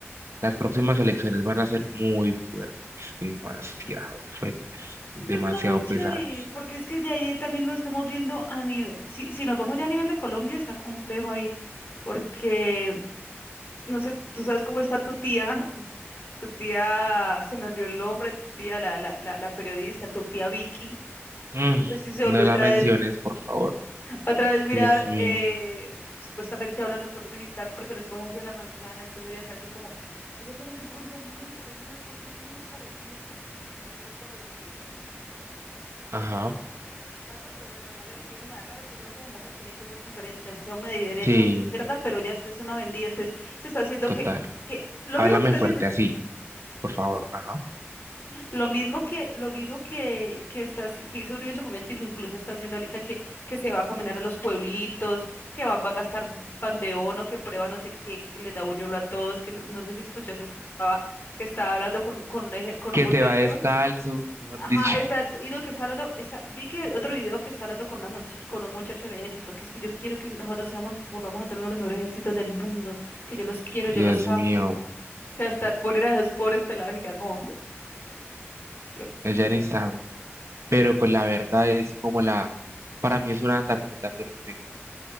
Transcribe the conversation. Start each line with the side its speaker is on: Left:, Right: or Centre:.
Right: las próximas elecciones van a ser muy fuertes, demasiado fuertes, demasiado
Left: No Es una lucha
Right: pesadas.
Left: ahí, porque es que ya ahí también lo estamos viendo a nivel, si, si nos vamos ya a nivel de Colombia, está complejo ahí, porque, no sé, tú sabes cómo está tu tía, <laughs> tu tía, se me olvidó el nombre, tu tía, la, la, la, la periodista, tu tía Vicky,
Right: Mm,
Left: no sé si se volvió
Right: no
Left: No,
Right: la
Left: otra
Right: menciones,
Left: vez,
Right: por favor.
Left: otra vez mirar,
Right: Dios mío.
Left: eh, supuestamente hablando con un militar, porque los coge así a la manzana, entonces ella se hace como, ella tiene un discurso muy, está haciendo un discurso muy parecido en su tiempo a los de Uribe. la- si
Right: Ajá.
Left: lo replicarlo, pero desde la mujer, y eso me da rabia, porque uno como mujer tiene que ser diferente, así sea uno de derecha
Right: Sí,
Left: o de izquierda, pero ya esta es una vendida, entonces se está haciendo
Right: total.
Left: que, que lo
Right: Háblame
Left: mismo que está
Right: fuerte
Left: haciendo,
Right: así, por favor. Ajá.
Left: lo mismo que, lo mismo que, que está, haci- que hizo Uribe en su momento, y que incluso está haciendo ahorita que, que se va a caminar a los pueblitos, que va, va a gastar pandeón o que prueba no sé qué, que le da buñuelo a todos, que no, no sé si escuchaste, escuchaba que estaba hablando con, con un, eje- con
Right: Que
Left: un muchacho
Right: se va descalzo, mejor
Left: Ajá,
Right: dicho.
Left: exacto. Y lo que está hablando, está, vi que otro video que está hablando con, una much- con un muchacho del ejército, que es que yo quiero que nosotros seamos, volvamos a ser uno de los mejores ejércitos del mundo, que yo los quiero,
Right: Dios
Left: yo los amo,
Right: mío,
Left: que hasta poner a esos pobres pelados y quedan como, "Mm, yo,
Right: ella
Left: mm"
Right: ni sabe. pero pues la verdad es como la, para mí es una tarjeta perfecta